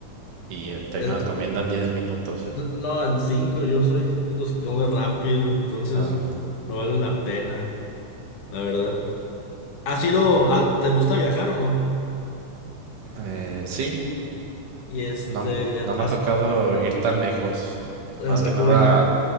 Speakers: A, on the right; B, on the left.
A: y eh, terminas
B: Es-
A: comiendo en 10 minutos.
B: no, en cinco yo soy de los que come rápido, entonces
A: Ah,
B: no vale la pena, la verdad. ¿Has ido,
A: ya.
B: a- te gusta viajar o no?
A: Eh, sí,
B: Y este,
A: no, no me
B: has-
A: ha tocado ir tan lejos.
B: en
A: Más
B: la República.
A: que nada...